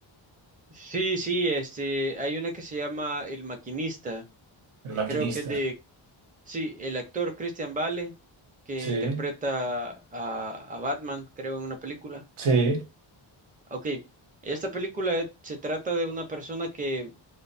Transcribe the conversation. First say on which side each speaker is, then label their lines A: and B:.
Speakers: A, on the right; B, on the right.
A: sí, sí, este, hay una que se llama El Maquinista,
B: el
A: que
B: maquinista.
A: creo que es de, sí, el actor Christian Bale, que
B: Sí,
A: interpreta a, a Batman, creo, en una película.
B: sí.
A: Ok, esta película es- se trata de una persona que,